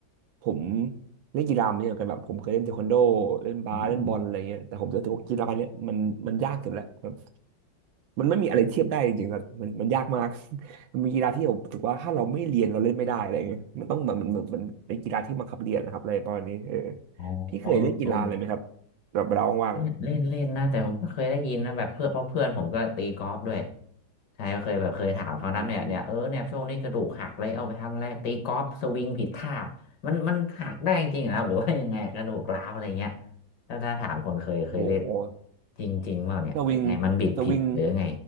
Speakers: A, on the right; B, on the left.
A: ผมเล่นกีฬามาเยอะเหมือนกันแบบผมเคยเล่นเทควันโดเล่นบาสเล่นบอลอะไรเงี้ยแต่ผมรู้สึกว่ากีฬาเนี้ยมันมันยากสุดแล้วแบบ
B: อืม
A: มันไม่มีอะไรเทียบได้จริงๆครับมันมันยากมาก <laughs> มันมีกีฬาที่ผมรู้สึกว่าถ้าเราไม่เรียนเราเล่นไม่ได้อะไรเงี้ยมันต้องแบบมันเหมือนมันเป็นกีฬาที่บังคับเรียนนะครับอะไรประมาณนี้เออ
B: อ๋อเออเออ
A: พี่เคยเล่นกีฬาอะไรไหมครับแบบเวลาว่าง
B: เล่นเล่นเล่นนะแต่ผมก็เคยได้ยินนะแบบเพื่อนเพราะเพื่อนผมก็ตีกอล์ฟด้วยใช่ก็เคยแบบเคยถามเขานะเนี่ยเนี่ยเออเนี่ยช่วงนี้กระดูกหักเลยเอาไปทำอะไรตีกอล์ฟสวิงผิดท่า
A: ๆอืม
B: มันมันหักได้จริงๆเหรอครับหรือว่ายังไงกระดูกร้าวอะไรเงี้ยถ้าถ้าถามคนเคยเคยเล่น
A: โห
B: จริงๆเปล่าเนี่ยหรือไงมันบิดผิดหรือไง
A: สวิงสวิง